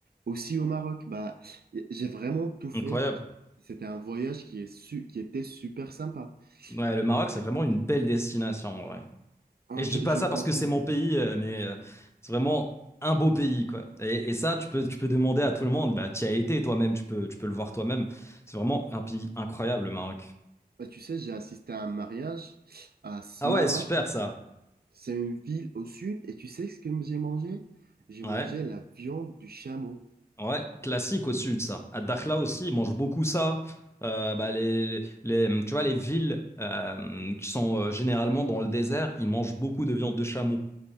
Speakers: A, on the right; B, on the left.
A: aussi au Maroc. Bah, j'ai vraiment tout fait.
B: incroyable.
A: C'était un voyage qui est su- qui était super sympa.
B: Ouais, le Maroc,
A: Et,
B: c'est vraiment une belle destination,
A: hein,
B: Et je
A: je,
B: dis pas
A: je
B: ça
A: confirme.
B: parce que c'est mon pays, euh, mais euh, c'est vraiment un beau pays, quoi. Et, et ça, tu peux, tu peux demander à tout le monde, bah, tu y as été toi-même, tu peux, tu peux le voir toi-même. C'est vraiment un pays incroyable, le Maroc.
A: Bah, tu sais, j'ai assisté à un mariage à Smara.
B: Ah ouais, super ça.
A: C'est une ville au sud. Et tu sais ce que j'ai mangé? J'ai
B: Ouais,
A: mangé la viande du chameau.
B: ouais, classique au sud, ça. À Dakhla aussi, ils mangent beaucoup ça. Euh, bah, les, les, les- tu vois, les villes euh, qui sont euh, généralement dans le désert, ils mangent beaucoup de viande de chameau.